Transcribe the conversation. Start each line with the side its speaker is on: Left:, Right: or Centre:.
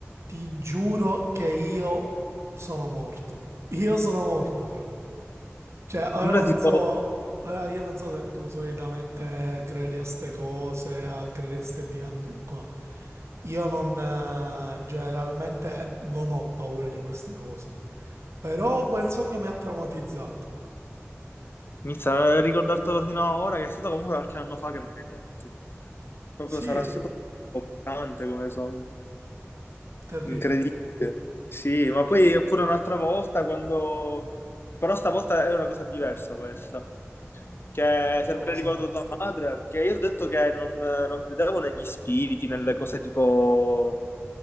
Right: Ti giuro che io sono morto. Io sono morto, fra. Cioè, ora
Left: Sembra
Right: non
Left: tipo,
Right: so, ora io non so se tu solitamente credi a ste cose, a credi a ste dinamiche qua. Io non, eh, generalmente non ho paura di queste cose. Però quel sogno mi ha traumatizzato.
Left: mi sa, ricordartelo fino a ora, che è stato comunque qualche anno fa che me l'hai detto. Proprio
Right: Sì,
Left: sarà stato toccante come sogno.
Right: terribile.
Left: Incredibile. Sì, ma poi oppure un'altra volta quando... Però stavolta è una cosa diversa questa, che è sempre
Right: Cosa?
Left: riguardo tua madre, che io ho detto che non, non credevo negli spiriti, nelle cose tipo,